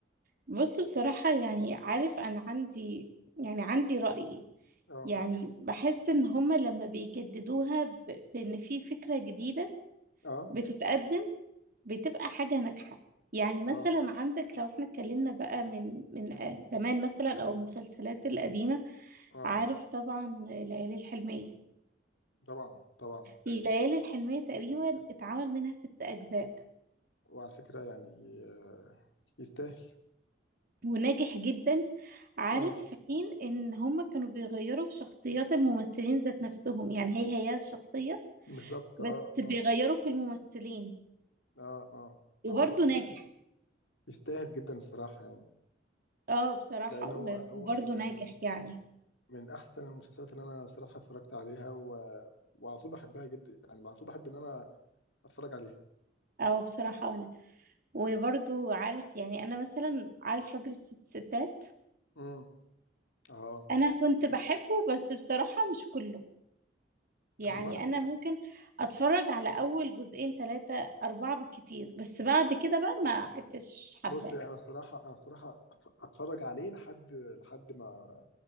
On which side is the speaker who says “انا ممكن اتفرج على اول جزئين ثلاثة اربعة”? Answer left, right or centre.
Right